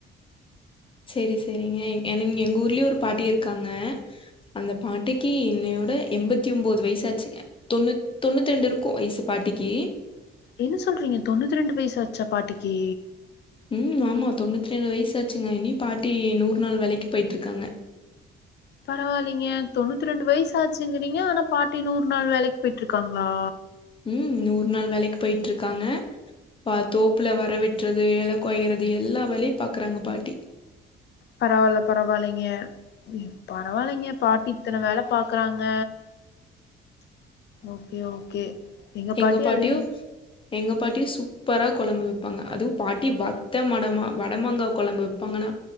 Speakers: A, on the left; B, on the left.
A: சேரி சேரிங்க எனங் எங்க ஊர்லயு ஒரு பாட்டி இருக்காங்க அந்த பாட்டிக்கு இன்னையோட எண்பத்தி ஒம்போது வயசாச்சுங்க தொண்ணூத் தொண்ணூத்தி தெண்டு இருக்கு வய்சு பாட்டிக்கீ
B: என்ன சொல்றீங்க தொண்ணூத்தி ரெண்டு வயசாச்சா பாட்டிக்கு
A: ம் ஆமா தொண்ணூத்தி ரெண்டு வயசாச்சுங்க இனி பாட்டி நூறு நாள் வேலக்கி போய்ட்டு இருக்காங்க
B: பரவாயில்லீங்க தொண்ணூத்தி ரெண்டு வயசு ஆச்சுங்கிறீங்க ஆனா பாட்டி நூறு நாள் வேலைக்கு போயிட்டு இருக்காங்களா
A: ம் நூற் நாள் வேலைக்கு போய்ட்டு இருக்காங்க பா தோப்புல வர வெட்டுறது எல கொய்றது எல்லா வேலையு பாக்குறாங்க பாட்டி
B: பரவால்ல பரவால்லைங்க பரவால்லைங்க பாட்டி இத்தன வேல பாக்குறாங்க ஓகே ஓகே
A: எங்க
B: பாட்டி
A: பாட்யு
B: அதே
A: எங்க பாட்டி சூப்பரா கொழம்பு வெப்பாங்க அதுவு பாட்டி வத்த மடமா வடமாங்கா கொழம்பு வெப்பாங்கன்னா